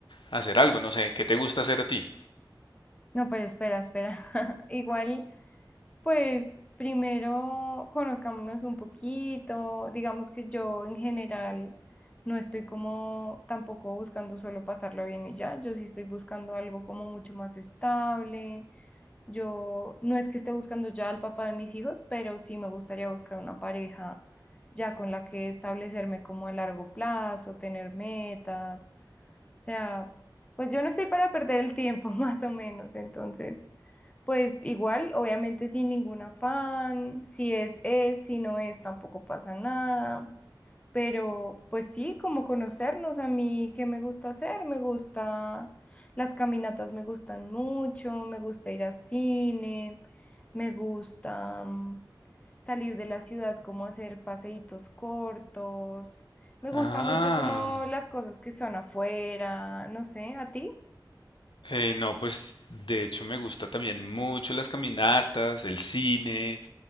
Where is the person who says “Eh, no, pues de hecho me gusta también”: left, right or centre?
Left